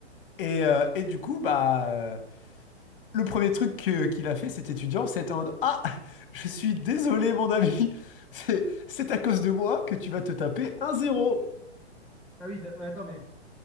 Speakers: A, on the left (about 50°); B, in the centre.
A: Et, euh, et du coup, bah, euh, le premier truc que- qu'il a fait, cet étudiant, c'est en mode Ah, je suis désolé, mon ami, <laughs> c'est c'est à cause de moi que tu vas te taper un zéro.
B: Ah oui, d- mais attends, mais